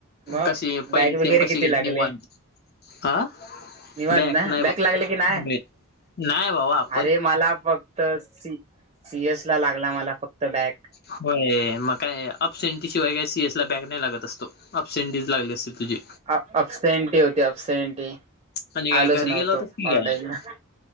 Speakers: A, on the right (about 25°); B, on the left (about 50°).
A: मग
B: कशी पहिली
A: बॅग वगैरे
B: सेम कशी
A: किती
B: गेली
A: लागले
B: निवांत. हा
A: निवांत
B: बक
A: ना
B: नाही
A: बॅग
B: बा
A: लागले
B: <unintelligible>
A: की नाही
B: नाहीय बाऊ आप
A: अरे मला फक्त सी सीएस ला लागला मला फक्त बॅग
B: होय मग काय अप सेंटी शिवाय काय सीएस ला बॅग नाही लागत असतो. अपसेटी लागली असेल तुझी.
A: अप सेंटी होती अपसेटी.
B: म्हणजे काय
A: आलोच
B: घरी
A: नव्हतो
B: गेला होतास की
A: कॉलेजला,
B: काय